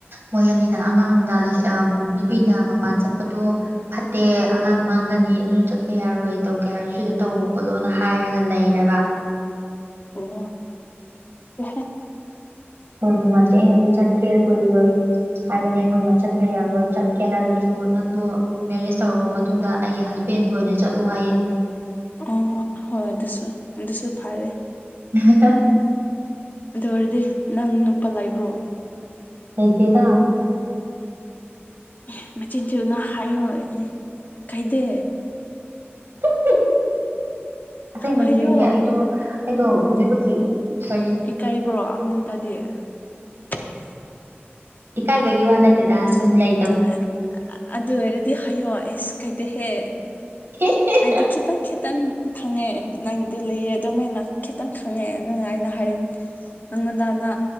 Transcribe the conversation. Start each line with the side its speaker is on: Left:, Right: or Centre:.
Right: ꯃꯣꯏ ꯑꯅꯤꯅ ꯑꯉꯥꯡꯅ ꯑ ꯅꯨꯄꯤꯅ ꯃꯄꯥꯟ ꯆꯠꯄꯗꯣ ꯐꯠꯇꯦ ꯑꯉꯥꯡ ꯃꯥꯡꯒꯅꯤ ꯑꯗꯨꯅ ꯆꯠꯄ ꯌꯥꯔꯣꯏ ꯇꯧꯒꯦ ꯍꯥꯏꯔꯁꯨ ꯁꯤꯗ ꯇꯧꯋꯣ ꯈꯣꯠꯂꯣꯅ ꯍꯥꯏꯔꯒ ꯒ ꯂꯩꯔꯕ
Left: ꯑꯣ <unintelligible>
Right: ꯍꯣꯏ ꯅꯨꯡꯉꯥꯏꯇꯦ ꯑꯩꯅꯗꯤ ꯆꯠꯀꯦ ꯀꯨꯏꯔꯣꯏ ꯍꯥꯏꯕꯅꯦ ꯃꯣꯏꯅ ꯆꯠꯄ ꯌꯥꯔꯣꯏ ꯆꯠ ꯀꯦ ꯍꯥꯏꯔꯁꯨ ꯅꯪꯗꯣ ꯃꯦꯔꯤꯖ ꯇꯧꯔꯕ ꯃꯇꯨꯡꯗ ꯑꯩꯒꯤ ꯍꯁꯕꯦꯟꯒꯤ ꯑꯣꯏꯅ ꯆꯠꯂꯨ ꯍꯥꯏꯌꯦ꯫
Left: ꯑꯣꯍꫭ ꯍꯣꯏ ꯑꯗꯨꯁꯨ ꯑꯗꯨꯁꯨ ꯐꯔꯦ꯫
Right: <unintelligible>
Left: ꯑꯗꯨ ꯑꯣꯏꯔꯗꯤ ꯅꯪ ꯅꯨꯞꯄ ꯂꯩꯕ꯭ꯔꯣ꯫
Right: ꯂꯩꯇꯦꯗꯥ꯫
Left: ꯑꯦ ꯃꯆꯤꯟ ꯊꯤꯎꯅꯨ ꯍꯥꯏꯌꯣ ꯑꯦ ꯀꯥꯏꯗꯦ꯫
Right: <unintelligible> ꯑꯁꯦꯡꯕꯒꯤ
Left: ꯍꯥꯏꯌꯣ
Right: ꯂꯩꯇꯦ ꯑꯩꯗꯣ ꯑꯩꯗꯣ ꯍꯧꯖꯤꯛ-ꯍꯧꯖꯤꯛ ꯈꯔꯤ꯫
Left: ꯀꯩꯕ꯭ꯔꯣ ꯑꯩꯉꯣꯟꯗꯗꯤ꯫ <unintelligible>
Right: ꯏꯀꯥꯏꯕꯒꯤ ꯋꯥ ꯅꯠꯇꯦꯗꯥ ꯁꯨꯝ ꯂꯩ
Left: <unintelligible> ꯑꯗꯨ ꯑꯣꯏꯔꯗꯤ ꯍꯥꯏꯌꯣ ꯑꯦꯁ ꯀꯥꯏꯗꯦꯍꯦ꯫
Right: <unintelligible>
Left: ꯑꯩꯗꯨ ꯈꯤꯇꯪ-ꯈꯤꯇꯪ ꯈꯪꯉꯦ ꯅꯪꯗꯨ ꯂꯩꯌꯦ ꯑꯗꯨꯃꯥꯏꯅ ꯈꯤꯇꯪ ꯈꯪꯉꯦ ꯑꯗꯨꯅ ꯑꯩꯅ ꯍꯥꯏꯌꯦꯟ ꯅꯪꯉꯣꯟꯗꯅ